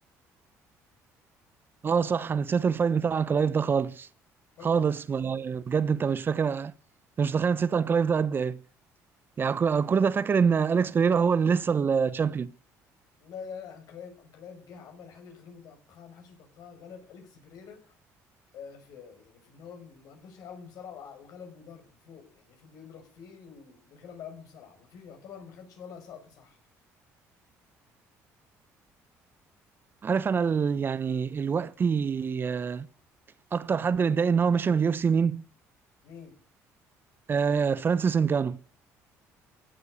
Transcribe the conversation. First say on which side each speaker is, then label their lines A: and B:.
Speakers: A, on the right (about 35°); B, on the left (about 70°).
A: اه صح انا نسيت الفايت بتاع انكلايف ده خالص
B: فايت
A: خالص
B: أن...
A: ما بجد انت مش فاكر انت مش متخيل نسيت انكلايف ده قد ايه يعني
B: أنك-
A: كل كل ده فاكر ان اليكس بيريرا هو اللي لسه الشامبيون
B: لا لا لا انكلايف انكلايف جه عمل حاجه غير متوقعه ما حدش متوقعها غلب اليكس بيريرا آه، في يعني في ان هو ما رضاش يلعبه مصارعه وع- وغلبه ضرب فوق يعني فضل يضرب فيه ومن غير ما يلعبه مصارعه ما فيش يعتبر ما خدش ولا سقطه صح
A: عارف انا ال... يعني الوقت آه، اكتر حد متضايق ان هو ماشي من اليو اف سي مين
B: مين
A: آه فرانسيس انجانو